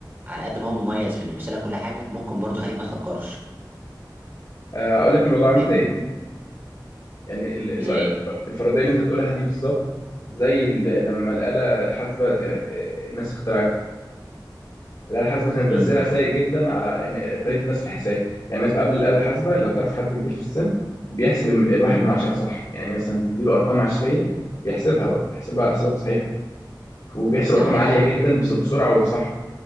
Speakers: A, on the right; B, on the left.
A: على قد ما هو مميز في إنه يسهل لك كل حاجة ممكن برضه يخليك ما تفكرش
B: آه، اقول لك الموضوع عامل
A: فاهمني؟
B: زي ايه يعني ال...
A: زي
B: ال-
A: إيه؟
B: الفرضيه اللي انت بتقولها دي بالظبط زي ال... لما الاله الحاسبه آه، آه، الناس اخترعتها الاله الحاسبه كان تاثيرها
A: امم
B: سيء جدا على إن- طريقه الناس في الحساب يعني الناس قبل الاله الحاسبه لو تعرف حد كبير في السن بيحسب الم- الواحد
A: امم
B: من عشرة صح يعني مثلا تديله ارقام عشريه بيحسبها بقى. بيحسبها حسابات صحيحه وبيحسب
A: ده
B: ارقام
A: حقيقي
B: عاليه جدا بس- بسرعه وبصح